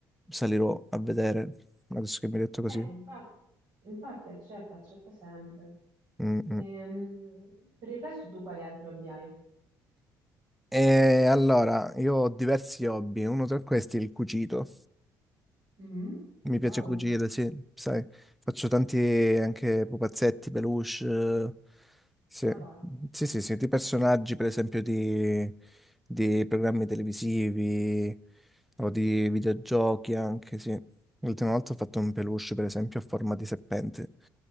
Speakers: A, in the centre; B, on the right.
A: salirò a vedere, adesso che mi hai detto così.
B: Eh, infatti, infatti accetta, accetta sempre.
A: Mm, mm.
B: Ehm, per il resto tu quali altri hobby hai?
A: E allora, io ho diversi hobby, uno tra questi è il cucito.
B: Mm?
A: Mi
B: Wow,
A: piace cucire, sì, sai, faccio tanti anche pupazzetti, peluche, eh, sì,
B: ma va.
A: sì, sì, sì, di personaggi, per esempio, di, di programmi televisivi o di videogiochi anche, sì. L'ultima volta ho fatto un peluche, per esempio, a forma di serpente,